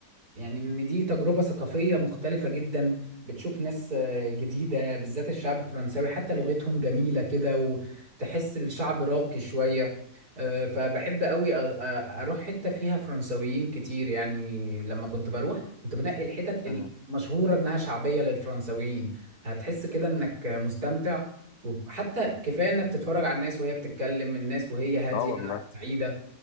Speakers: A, on the right; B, on the left.
A: يعني ان دي تجربة ثقافية مختلفة جدا بتشوف ناس آه، جديدة بالذات الشعب الفرنساوي حتى لغتهم جميلة كده وتحس الشعب راقي شوية آه، فبحب قوي أ- أ- اروح حتة فيها فرنساويين كتير يعني لما كنت بروح كنت بنقي الحتت
B: مم.
A: المشهورة انها شعبية للفرنساويين هتحس كده انك مستمتع وحتى كفايه انك تتفرج على الناس وهي بتتكلم الناس وهي هاديه
B: اه والله
A: بعيدة